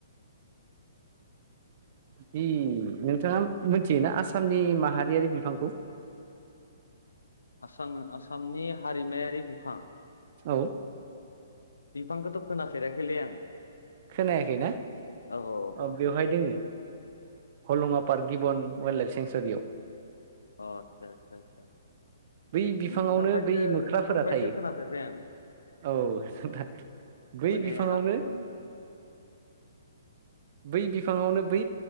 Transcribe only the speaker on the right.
जि नोंथाङा मोनथियोना आसामनि माहारियारि बिफांखौ?
औ
खोनायाखैना?
अ
बेवहाय दोङो हलङा पार्क गिबन वाइल्ड लाइफ सेेंसुरियाव
बै
बिफाङावनो
बै मोख्राफोरा
थायो
औ नोंथां बै
बिफाङावनो
बै बिफाङावनो बै